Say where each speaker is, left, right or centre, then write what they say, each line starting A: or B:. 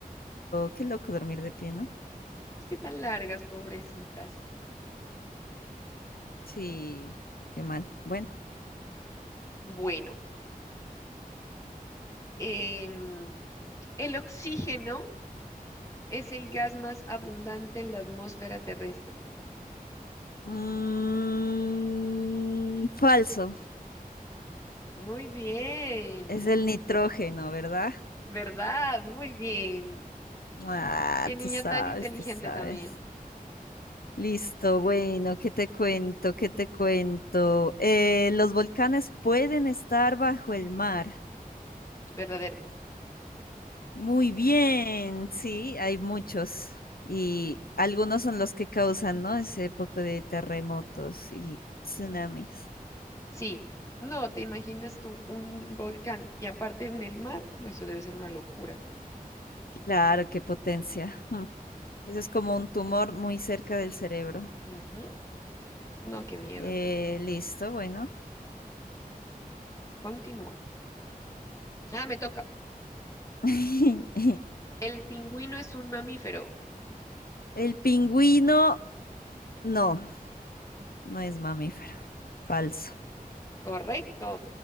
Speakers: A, on the left; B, on the left.
A: Qué loco dormir de pie, ¿no?
B: Es que tan largas, pobrecitas.
A: Sí, qué mal. Bueno.
B: Bueno, em, el oxígeno es el gas más abundante en la atmósfera terrestre.
A: Mm, falso.
B: Muy bien,
A: Es el nitrógeno, ¿verdad?
B: ¿verdad? Muy bien.
A: Ah,
B: Qué niña
A: tú sabes,
B: tan inteligente
A: tú sabes.
B: también,
A: Listo, bueno, ¿qué te cuento? ¿Qué te cuento? Eh, los volcanes pueden estar bajo el mar.
B: verdadero.
A: Muy bien, sí, hay muchos. Y algunos son los que causan, ¿no? Ese poco de terremotos y tsunamis.
B: Sí, no te imaginas tú un volcán y aparte en el mar, no, eso debe ser una locura.
A: Claro, qué potencia. Eso es como un tumor muy cerca del cerebro.
B: Ujú. No, qué miedo.
A: Eh, listo, bueno.
B: Continúa. Ah, me toca.
A: <laughs>
B: El pingüino es un mamífero.
A: El pingüino, no, no es mamífero. Falso.
B: Correcto.